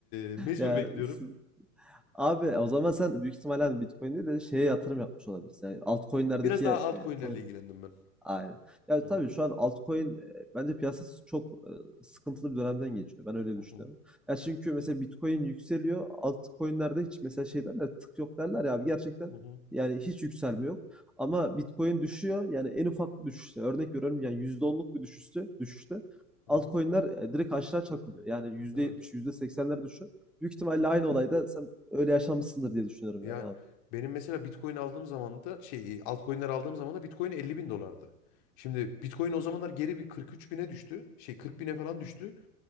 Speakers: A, on the left; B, in the centre.
A: E, mecbur
B: Ya
A: bekliyorum.
B: siz- abi o zaman sen büyük ihtimalle hani Bitcoin değil de şeye yatırım yapmış olabilirsin. Yani altcoin'lerdeki
A: Biraz daha
B: e,
A: altcoin'lerle
B: coin'lere
A: ilgilendim ben.
B: Aynen. Yani
A: Hı hı,
B: tabii şu an altcoin, eee, bence piyasası çok, ııı, sıkıntılı bir dönemden geçiyor. Ben öyle
A: hı
B: düşünüyorum.
A: hı,
B: Ya çünkü mesela Bitcoin yükseliyor. Altcoin'lerde hiç mesela şey derler "tık yok" derler ya abi gerçekten
A: hı hı,
B: yani hiç yükselme yok. Ama Bitcoin düşüyor. Yani en ufak bir düşüşte örnek veriyorum yani yüzde onluk bir düşüşte düşüşte
A: hı
B: altcoin'ler,
A: hı.
B: eee, direkt aşağı çakılıyor. Yani yüzde
A: Evet.
B: yetmiş, yüzde %80'lere düşüyor. Büyük ihtimalle aynı olay da sen öyle yaşamışsındır diye düşünüyorum
A: Yani
B: yani abi.
A: benim mesela Bitcoin aldığım zaman da şey e, altcoin'ler aldığım zaman da Bitcoin elli bin dolardı. Şimdi Bitcoin o zamanlar geri bir 43 bine düştü. Şey 40 bine falan düştü.